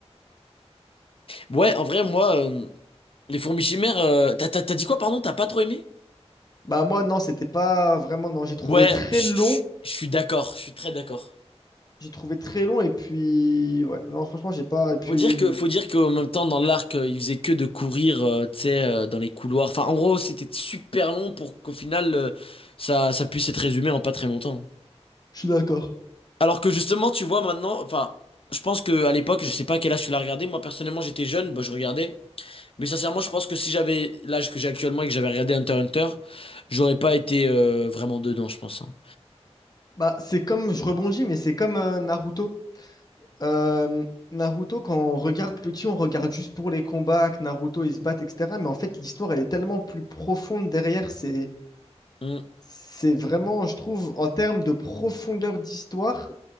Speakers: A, on the left; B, on the left.
A: Ouais, en vrai, moi, euh, les fourmis chimères. euh, T'as t'as- t'as dit quoi, pardon? T'as pas trop aimé?
B: Bah moi non, c'était pas vraiment non, j'ai trouvé
A: Ouais,
B: très
A: je
B: long,
A: je- je suis d'accord, je suis très d'accord.
B: j'ai trouvé très long et puis ouais, non franchement j'ai pas et puis
A: Faut dire
B: l-
A: que, faut dire qu'en même temps, dans l'arc, euh, il faisait que de courir, euh, tu sais, euh, dans les couloirs. Enfin, en gros, c'était super long pour qu'au final, euh, ça, ça puisse être résumé en pas très longtemps.
B: je suis d'accord.
A: Alors que justement, tu vois, maintenant, enfin, je pense que à l'époque, je sais pas à quel âge tu l'as regardé. Moi, personnellement, j'étais jeune, bah, je regardais. Mais sincèrement, je pense que si j'avais l'âge que j'ai actuellement et que j'avais regardé Hunter x Hunter, j'aurais pas été euh, vraiment dedans, je pense. hein.
B: Bah c'est comme je rebondis, mais c'est comme euh, Naruto. Euh, Naruto, quand on regarde petit, on regarde juste pour les combats, que Naruto ils se battent, etc. Mais en fait, l'histoire, elle est tellement plus profonde derrière. C'est,
A: Mhm.
B: c'est vraiment, je trouve, en termes de profondeur d'histoire,